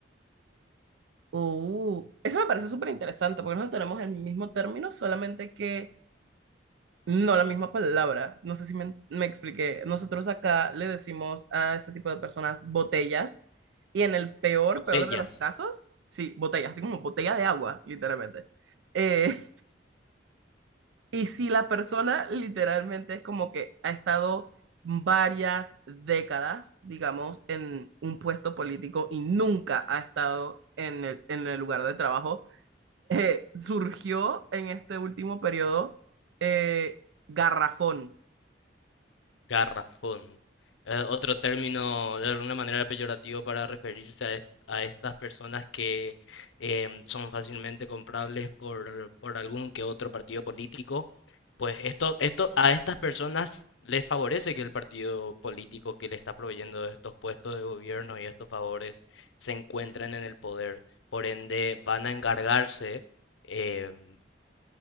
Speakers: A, on the right; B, on the left.
A: Oh, eso me parece súper interesante porque no tenemos el mismo término, solamente que no la misma palabra. No sé si me, me expliqué. Nosotros acá le decimos a ese tipo de personas botellas y en el peor,
B: Botellas,
A: peor de los casos, sí, botellas, así como botella de agua, literalmente. Eh, <laughs> y si la persona literalmente es como que ha estado varias décadas, digamos, en un puesto político y nunca ha estado en el, en el lugar de trabajo eh, surgió en este último periodo eh, Garrafón.
B: Garrafón. Eh, otro término de alguna manera peyorativo para referirse a, est- a estas personas que em, son fácilmente comprables por, por algún que otro partido político. Pues esto, esto a estas personas les favorece que el partido político que le está proveyendo de estos puestos de gobierno y estos favores se encuentren en el poder. Por ende, van a encargarse em,